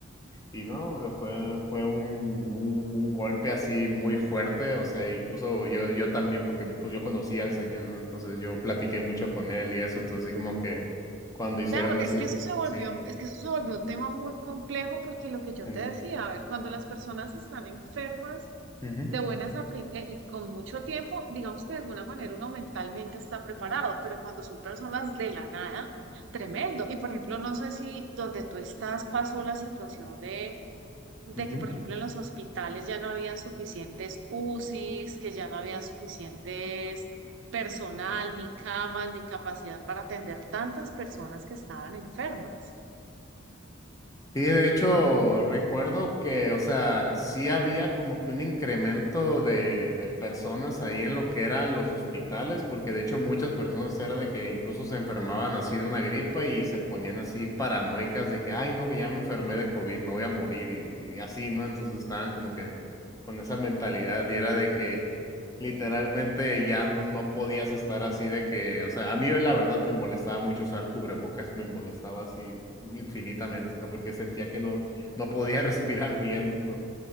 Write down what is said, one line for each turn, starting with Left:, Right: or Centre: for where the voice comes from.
Left: Y no, fue, fue un, mu- un golpe así muy fuerte, o sea, incluso yo, yo también, porque pues yo conocía al señor, ¿no? entonces yo platiqué mucho con él y eso, entonces así como que cuando hicieron
Right: Claro,
Left: así,
Right: es que eso se volvió,
Left: sí,
Right: es que eso se volvió un tema muy complejo porque lo que yo
Left: sí.
Right: te decía, a ver, cuando
Left: sí.
Right: las personas están enfermas,
Left: Ujú,
Right: de buenas a pri- eh, eh, con mucho tiempo, digamos que de alguna manera uno mentalmente está preparado, pero cuando son personas de la nada, tremendo. Y por ejemplo, no sé si donde tú estás pasó la situación de, de
Left: ujú.
Right: que, por ejemplo, en los hospitales ya no habían suficientes UCIs, que ya no había suficientes personal, ni camas, ni capacidad para atender tantas personas que estaban enfermas.
Left: Sí, de hecho, recuerdo que, o sea, sí había como que un incremento de, de personas ahí en lo que eran los hospitales, porque de hecho muchas personas era de que incluso se enfermaban así de una gripa y se ponían así paranoicas de que, ay, no, que ya me enfermé de COVID, me voy a morir y, y así, ¿no? Entonces estaban como que con esa mentalidad y era de que Literalmente ya no podías estar así de que, o sea, a mí la verdad me molestaba mucho usar cubrebocas, me molestaba así infinitamente, o sea, porque sentía que no, no podía <laughs> respirar bien, ¿no?